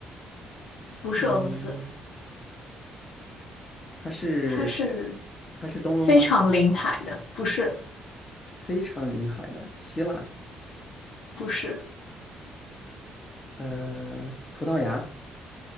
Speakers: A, on the left; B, on the left.
A: 不是俄罗斯，
B: 嗯。它是
A: 它是
B: 它是东欧吗？
A: 非常临海的，不是，
B: 非常临海的，希腊，
A: 不是。
B: 呃，葡萄牙，